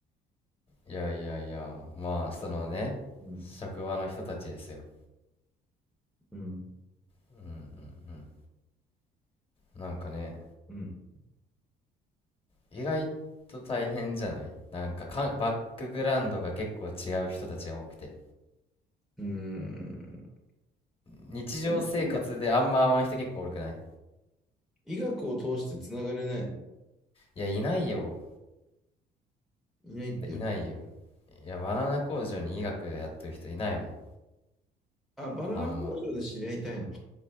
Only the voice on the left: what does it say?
いやいやいや、まあ、そのね、
職場の人たちですよ。
うんうんうん。なんかね、
意外と大変じゃないなんかかん、バックグラウンドが結構違う人たちが多くて。
日常生活であんま会わん人結構多くない
いや、いないよ。
でいないよ。いや、バナナ工場に医学やってる人いないもん。
あんま。